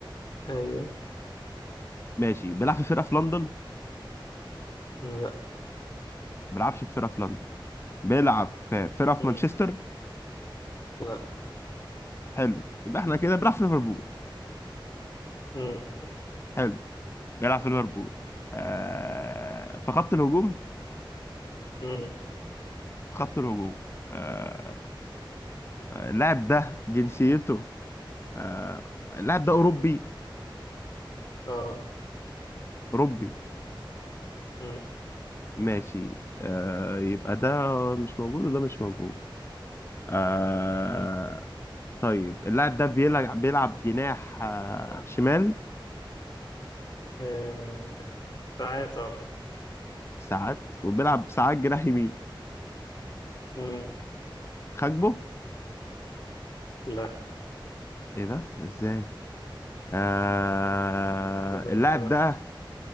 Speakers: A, on the left; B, on the left.
A: ايوه
B: ماشي بيلعب في فرقه في لندن ما
A: مم، لا
B: بيلعبش في فرقه في لندن بيلعب في فرقه في
A: مم،
B: مانشستر
A: لا
B: حلو يبقى احنا كده بيلعب في ليفربول
A: مم،
B: حلو بيلعب في ليفربول آه في خط الهجوم
A: مم،
B: في خط الهجوم آه آه، اللاعب ده جنسيته آه اللاعب ده اوروبي
A: اه
B: اوروبي
A: مم،
B: ماشي آه يبقى ده مش موجود وده مش موجود آه
A: مم.
B: طيب اللاعب ده بيلعب بيلعب جناح آه، شمال
A: آه، ساعات اه
B: ساعات وبيلعب ساعات جناح يمين
A: مم،
B: خاكبو
A: لا
B: ايه ده ازاي آه...
A: شوف انت
B: اللاعب
A: آه. بقى
B: ده